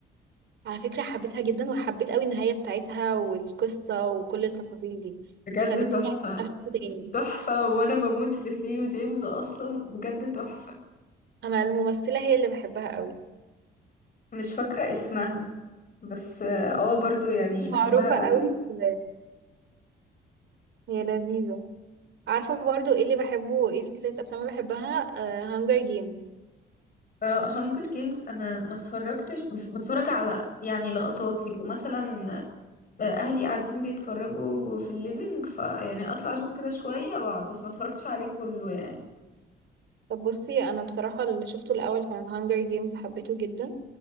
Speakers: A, on the right; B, on the left.
A: على فكرة حبيتها جدا وحبيت اوي النهاية بتاعتها والقصة وكل التفاصيل دي
B: بجد
A: انت خليتيني
B: تحفة
A: اشوفه تاني
B: تحفة وانا بموت في ثيو جيمز اصلا بجد تحفة
A: انا الممثلة هي اللي بحبها اوي
B: مش فاكرة اسمها بس اه برضو
A: ممثلة
B: يعني بحبها
A: معروفة اوي
B: قوي
A: و... وهي لذيذة عارفة برضو ايه اللي بحبه ايه سلسلة افلام اللي بحبها هانجر جيمز
B: هانجر جيمز انا ما اتفرجتش بس بتفرج على يعني لقطات يبقوا مثلا اهلي قاعدين بيتفرجوا في الليفينج فيعني اطلع اشوف كده شوية واقعد بس ما اتفرجتش عليه كله يعني
A: طب بصي انا بصراحة اللي شفته الاول كان هانجر جيمز حبيته جدا